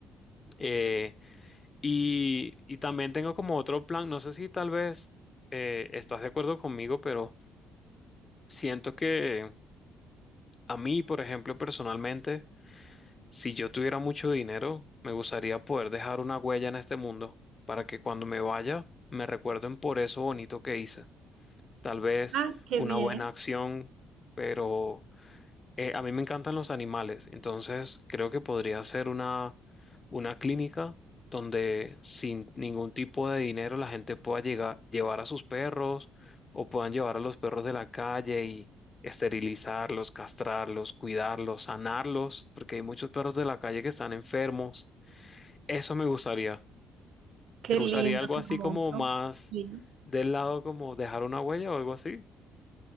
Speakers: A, on the left; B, on the right.
A: eh, y, y también tengo como otro plan, no sé si tal vez eh, estás de acuerdo conmigo, pero... Siento que a mí, por ejemplo, personalmente, si yo tuviera mucho dinero, me gustaría poder dejar una huella en este mundo para que cuando me vaya me recuerden por eso bonito que hice. Tal vez
B: Ah, qué
A: una
B: bien,
A: buena acción, pero eh, a mí me encantan los animales, entonces creo que podría ser una, una clínica donde sin ningún tipo de dinero la gente pueda llegar, llevar a sus perros o puedan llevar a los perros de la calle y esterilizarlos, castrarlos, cuidarlos, sanarlos, porque hay muchos perros de la calle que están enfermos. Eso me gustaría.
B: qué
A: ¿Te gustaría
B: lindo,
A: algo
B: qué
A: así
B: hermoso.
A: como más
B: Sí.
A: del lado como dejar una huella o algo así?